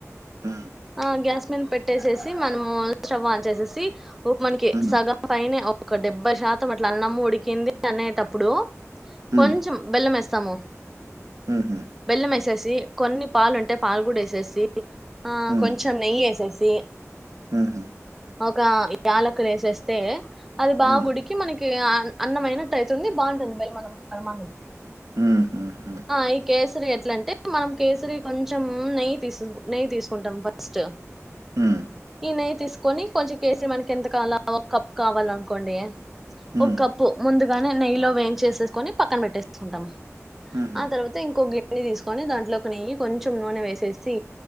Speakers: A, on the right; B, in the centre.
A: హ్మ్.
B: ఆ గ్యాస్ మీన్పెట్టేసేసి మనము స్టవ్ ఆన్ చేసేసి ఒక మనకి
A: హ్మ్.
B: సగం పైనే ఒక డెబ్బై శాతం అట్లా అన్నము ఉడికింది అనేటప్పుడు
A: హ్మ్.
B: కొంచెం బెల్లం వేస్తాము
A: హుహు.
B: బెల్లం ఏసేస్ ది కొన్ని పాలుంటే పాలు కూడా ఏసేసి ఆ
A: హ్మ్.
B: కొంచెం నెయ్యేసేసి
A: హుహు.
B: ఒక యాలకులేసేస్తే అది బాగుడికి
A: హ్మ్.
B: మనకి అన్నం అయినట్టైతుంది బాగుంటుంది బెల్లమన్నం పరమాన్నం
A: హుహు. హ్మ్.
B: ఆ ఈ కేసరి ఎట్లంటే మనం కేసరి కొంచెం నెయ్యి తీస్ నెయ్యి తీసుకుంటాం ఫస్టు
A: హ్మ్.
B: ఈ నెయ్యి తీసుకొని కొంచెం కేసిరి మనకి ఎంతకాల ఒక కప్ కావాలనుకోండి
A: హ్మ్.
B: ఒక కప్పు ముందుగానే నెయ్యిలో వేయించేసేసుకొని పక్కన్పెట్టేసుకుంటాం
A: హుహు.
B: ఆ తర్వాత ఇంకో గ్ గిన్ని తీసుకొని దాంట్లోకి నెయ్యి కొంచెం నూనె వేసేసి